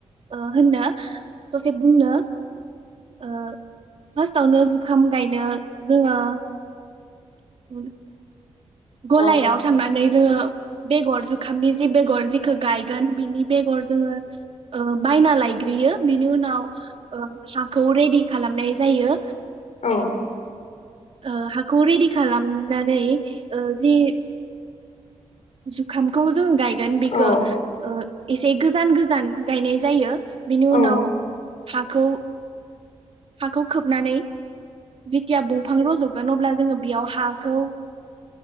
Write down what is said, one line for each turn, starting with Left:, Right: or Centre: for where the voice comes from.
Right: ओ होननो ससे बुंनो ओ फास्तआवनो जुखाम गायनो जोङो <inaudible> गलायाव
Left: औ
Right: थांनानै जोङो। बेगर जुखामनि जि बेगर जेखो गायगोन बिनि बेगर जोङो ओ बायना लायग्रोयो बिनि उनाव ओ खौ रेडि खालामनाय जायो।
Left: औ।
Right: ओ हाखौ रेडि खालामनानै ओ जि जुखामखौ जों गाय गोन बेखो
Left: औ
Right: ओ एसे गोजान गोजान गायनाय जायो। बिनि
Left: औ
Right: उनाव हाखौ हाखौ खोबनानै जेथिया दंफां रज'गोन अब्ला जोङो बेयाव हाखौ